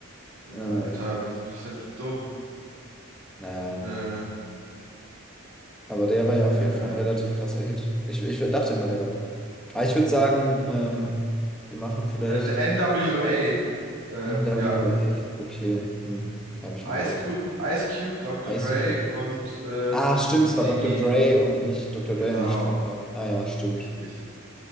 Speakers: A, on the right (about 85°); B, in the centre.
A: Junge,
B: Äh,
A: Alter, wieso bin ich denn so dumm?
B: naja,
A: Äh, äh,
B: aber der war
A: naja,
B: ja auf jeden
A: egal.
B: Fall ein relativ krasser Hit. Ich, ich dachte immer, der wäre da. Aber ich würde sagen, ähm, wir machen vielleicht
A: Äh, der NWA. Äh,
B: NWA.
A: ja.
B: Okay, hm, habe ich noch
A: Ice
B: nie gehört.
A: Cube, Ice Cube, Dr.
B: Ice
A: Dre
B: Cube.
A: und äh,
B: Ah, stimmt,
A: Eazy-E.
B: es war Dr. Dre und nicht Dr.
A: Genau,
B: Dre und nicht Tupac. Ah ja, stimmt.
A: richtig.